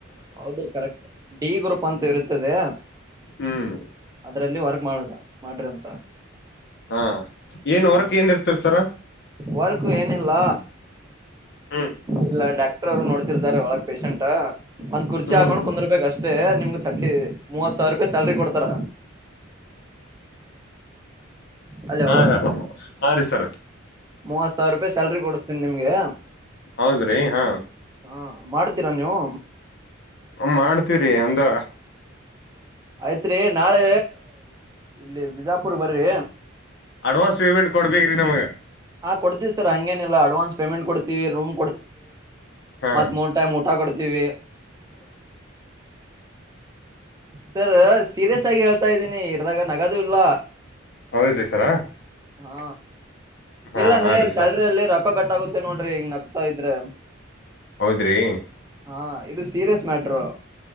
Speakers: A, on the right; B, on the left.
A: ಹೌದು ಕರೆಕ್ಟ್ ಡಿ ಗ್ರೂಪ್ ಅಂತ ಇರುತ್ತದೆ.
B: ಹ್ಮ್
A: ಅದ್ರ ಲ್ಲಿ ವರ್ಕ್ ಮಾಡದ ಮಾಡ್ರಂತ.
B: ಹಾ ಏನ್
A: ಹಾ
B: ವರ್ಕ್ ಏನ್ ಇರ್ತರಿ ಸರ
A: ವರ್ಕು ಏನಿಲ್ಲ
B: ಹ್ಮ್
A: ಇಲ್ಲ ಡಾಕ್ಟರ್ ಅವ್ರು ನೋಡ್ತಿರ್ತಾರೆ ಒಳಗ್ ಪೇಶಂಟ. ಒಂದ್ ಕುರ್ಚಿ
B: ಹ್ಮ್
A: ಹಾಕೊಂಡು ಕುಂದ್ರಬೆಕಷ್ಟೇ ನಿಮ್ಗ ತರ್ಟಿ ಮೂವತ್ ಸಾವ್ರ ರೂಪಾಯಿ ಸ್ಯಾಲ್ರಿ ಕೊಡ್ತಾರ. ಹಲೋ
B: ಹಾ ಹಾ ಹಾ ರೀ ಸರು.
A: ಮೂವತ್ ಸಾವ್ರೂಪಾಯಿ ಸ್ಯಾಲ್ರಿ ಕೊಡ್ಸ್ತಿನಿ ನಿಮ್ಗೆ.
B: ಹೌದ್ರಿ ಹಾ
A: ಹ ಮಾಡ್ತೀರಾ ನೀವು
B: ಹ ಮಾಡ್ತೀವ್ರರಿ ಅಂದ್ರ.
A: ಆಯ್ತ್ರಿ ರಿ ನಾಳೆ ಇಲ್ಲಿ ಬಿಜಾಪುರ್ ಬರಿ.
B: ಅಡ್ವಾನ್ಸ್ ಪೇಮೆಂಟ್ ಕೊಡ್ಬೇಕರೀ ನಮಗ.
A: ಹಾ ಕೊಡ್ತತಿ ಸರ್ ಹಂಗೇನಿಲ್ಲ ಅಡ್ವಾನ್ಸ್ ಪೇಮೆಂಟ್ ಕೊಡ್ ತ್ತಿವಿ ರೂಮ್
B: ಹಾ
A: ಮತ್ತ್ ಮೂರ್ ಟೈಮ್ ಊಟ ಕೊಡ್ತೀವಿ. ಸರ್ ಸೀರಿಯಸ್ ಆಗಿ ಹೇಳ್ತಾ ಇದ್ದೀನಿ ಇರ್ದಾಗ ನಗದು ಇಲ್ಲ.
B: ಹೌದ್ರಿ ಸರ
A: ಹಾ
B: ಹಾ
A: ಇಲ್ಲಾಂದ್ರೆ
B: ಹಾ ರೀ
A: ಸ್ಯಾಲ್ರಿಯಲ್ಲಿ
B: ಸರ್
A: ರೊಕ್ಕ ಕಟ್ಟಾಗುತ್ತೆ ನೋಡ್ ಹಿಂಗ ನಗ್ತಾ ಇದ್ರೆ.
B: ಹೌದ್ರಿ
A: ಹಾ ಇದು ಸೀರಿಯಸ್ ಮ್ಯಾಟರು